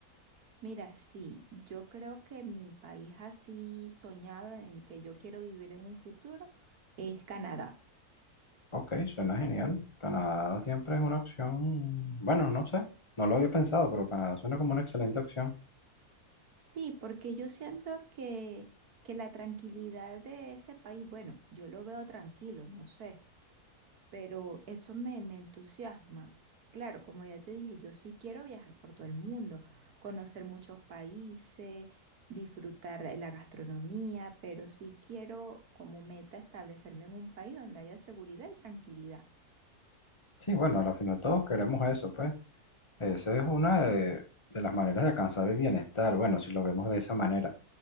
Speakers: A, on the right (about 70°); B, on the left (about 20°).
A: Mira, sí, yo creo que mi país así soñado en el que yo quiero vivir en un futuro es Canadá.
B: Ok, suena genial. Canadá siempre es una opción. Bueno, no sé, no lo había pensado, pero Canadá suena como una excelente opción.
A: Sí, porque yo siento que, que la tranquilidad de ese país, bueno, yo lo veo tranquilo, no sé, pero eso me, me entusiasma. Claro, como ya te dije, yo sí quiero viajar por todo el mundo, conocer muchos países, disfrutar la gastronomía, pero sí quiero como meta establecerme en un país donde haya seguridad y tranquilidad.
B: Sí, bueno, al final todos queremos eso, pues. Esa es una de, de las maneras de alcanzar el bienestar, bueno, si lo vemos de esa manera.